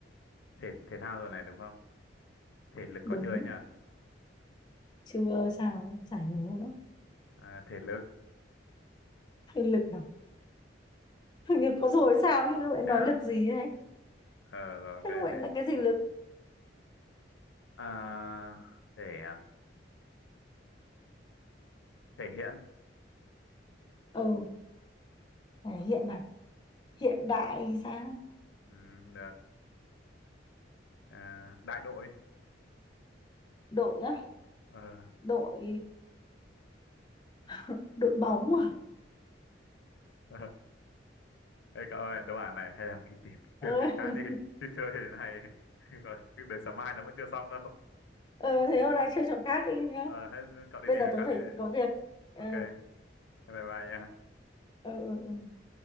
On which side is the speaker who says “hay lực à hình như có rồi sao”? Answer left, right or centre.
Left